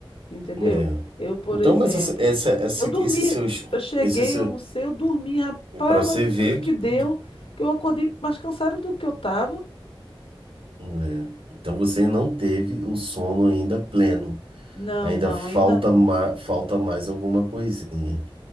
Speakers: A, on the left (about 90°); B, on the right (about 75°).
A: entendeu?
B: É.
A: Eu, por
B: Então,
A: exemplo,
B: mas essa, essa, esse,
A: eu dormi,
B: esse seu,
A: eu cheguei,
B: esse seu,
A: eu almocei, eu dormi, rapaz,
B: para você
A: mas eu não
B: ver,
A: sei o que deu,
B: do-
A: que eu acordei mais cansado do que eu tava.
B: é. Então você não teve o sono ainda pleno.
A: Não,
B: Ainda
A: não,
B: falta,
A: ainda não.
B: ma, falta mais alguma coisinha.